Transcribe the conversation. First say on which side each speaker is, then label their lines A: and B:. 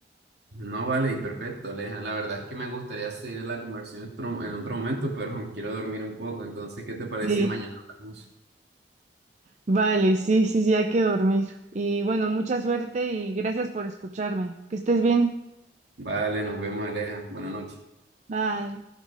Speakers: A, on the right; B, on the right.
A: No vale, y perfecto, Aleja. La verdad es que me gustaría seguir la conversación en otro, en otro momento, pero <laughs> quiero dormir un poco. Entonces, ¿qué te parece
B: Sí.
A: si mañana hablamos?
B: Vale, sí, sí, sí, hay que dormir. Y bueno, mucha suerte y gracias por escucharme. Que estés bien.
A: Vale, nos vemos, Aleja. Buenas noches.
B: Bye.